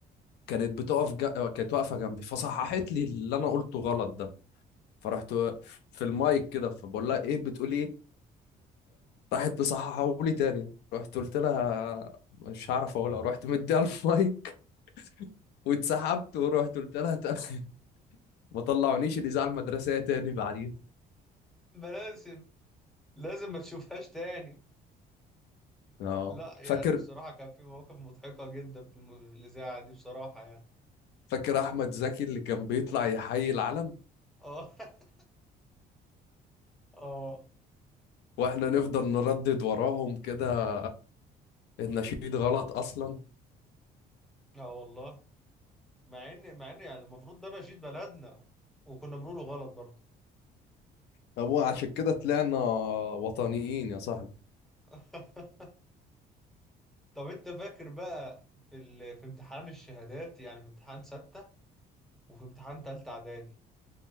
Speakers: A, on the left; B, in the centre.
A: كانت بتقف ج... آه، كانت واقفه جنبي فصححت لي اللي انا قلته غلط ده فرحت في المايك كده فبقول لها ايه بتقولي ايه فراحت مصححه لي تاني رحت قلت لها مش هعرف اقولها رحت مديها <laughs> المايك واتسحبت ورحت قلت لها تاني <laughs> ما طلعونيش الاذاعه المدرسيه تاني بعدين
B: ما لازم لازم ما تشوفهاش تاني
A: اه
B: لا يعني
A: فاكر
B: بصراحة كان في مواقف مضحكة جدا في الم- في الإذاعة دي بصراحة يعني
A: فاكر احمد زكي اللي كان بيطلع يحيي العلم
B: اه <laughs> اه
A: واحنا نفضل نردد وراهم كده النشيد غلط اصلا
B: اه والله مع ان مع ان يعني المفروض ده نشيد بلدنا وكنا بنقوله غلط برضه
A: طب وعشان كده طلعنا وطنيين يا صاحبي
B: <laughs> طب انت فاكر بقى في ال... في امتحان الشهادات يعني في امتحان ستة وفي امتحان تالتة اعدادي